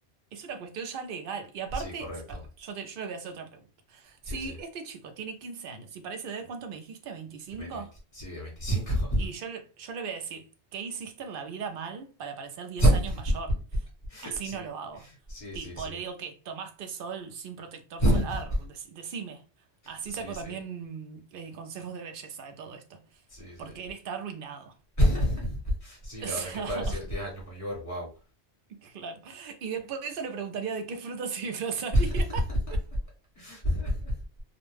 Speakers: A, on the right; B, on the left.
A: es una cuestión ya legal. Y aparte,
B: Sí, correcto.
A: perdón, yo, te- yo le voy a hacer otra pregunta. Si
B: Sí, sí.
A: este chico tiene 15 años y parece de, ¿cuánto me dijiste? veinticinco.
B: De 20, 20 sí, de 25.
A: Y yo, le- yo le voy a decir, ¿qué hiciste en la vida mal para parecer 10
B: <laughs>
A: años mayor? Así
B: Sí,
A: no lo hago.
B: sí,
A: Tipo,
B: sí, sí.
A: le digo que tomaste sol sin protector
B: <laughs>
A: solar, Dec- decime. Así
B: Sí,
A: saco
B: sí,
A: también eh, consejos de belleza de todo esto,
B: sí, sí.
A: porque él está arruinado.
B: <laughs> sí,
A: <laughs>
B: la verdad que parecer 10 años mayor, wow.
A: O sea, claro. Y después de eso le preguntaría de qué fruta se disfrazaría.
B: <laughs>
A: <laughs>